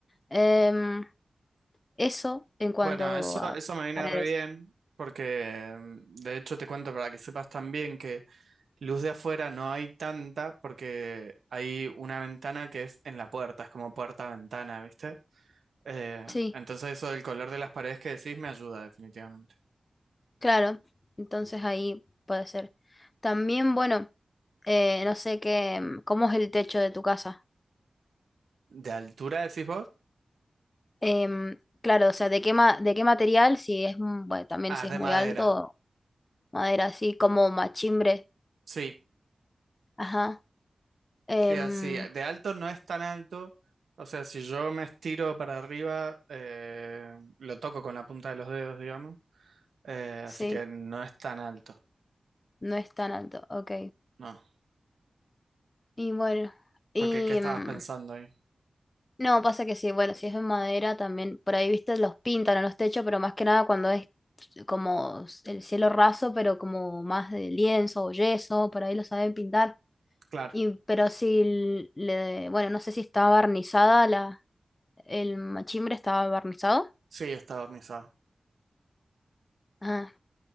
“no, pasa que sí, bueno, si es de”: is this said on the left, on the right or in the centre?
Left